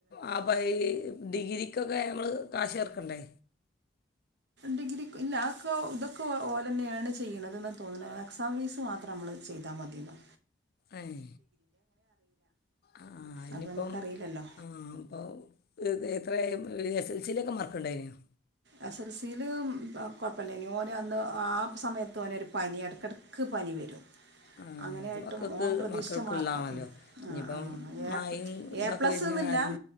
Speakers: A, on the left; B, on the right.
A: ആ പയേ ഡിഗ്രിക്കൊക്കെ നമ്മള് കാശ് ഏർക്കണ്ടേ
B: ഡിഗ്രിക്ക് ഇല്ല ആക്കെ ഇതൊക്കെ ഓലെന്നാണ് ചെയ്യ്ണതന്ന് തോന്നുണെ എക്സാം ഫീസ് മാത്രം നമ്മള് ചെയ്താൽ മതിന്നോ
A: ഏഹ് അ ആ ഇനിപ്പം
B: അപ്പം നമുക്കറിയില്ലല്ലോ
A: ആ ഇപ്പൊ എത്ര എസ് എൽസിയിലൊക്കെ മാർക്ക് ഉണ്ടയ്നോ
B: എസ് എൽ സിയില് കുഴപ്പല്ലേയ്നൂ ഓന് അന്ന് ആ സമയത്ത് ഓനൊരു പനി ഇടയ്ക്കിടക്ക് പനി വരും
A: ആ
B: അങ്ങനെയായിട്ടും
A: അത് മക്കൾക്ക്
B: ഓൻ പ്രതീക്ഷിച്ച
A: മക്കൾക്കുള്ളതാണല്ലോ
B: മാർക്ക് ഉം ആ
A: ഇനിയിപ്പം മായും
B: ആ എ
A: ഇതൊക്കെ
B: പ്ലസ്ന്നില്ല
A: വരുന്ന കാരണം